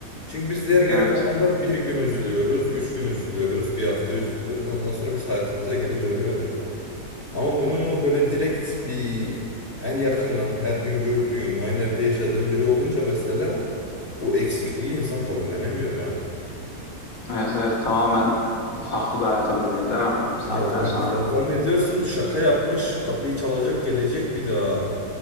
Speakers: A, on the left; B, on the left.
A: Çünkü biz diğer geri
B: Evet.
A: kalanlar bir gün üzülüyoruz, üç gün üzülüyoruz, bir hafta üzülüyoruz. Ondan sonra biz hayatımıza geri dönüyoruz. Ama bunu böyle direkt bir en yakının, her gün gördüğün, aynı evde yaşadığın biri olunca mesela o eksikliği insan kabullenemiyor ha.
B: Evet evet tamamen farklı bir hayata dönüyor değil mi? Bir saatten
A: Ya, zan,
B: sonra.
A: ya zannediyorsun şaka yapmış, kapıyı çalacak, gelecek bir daha.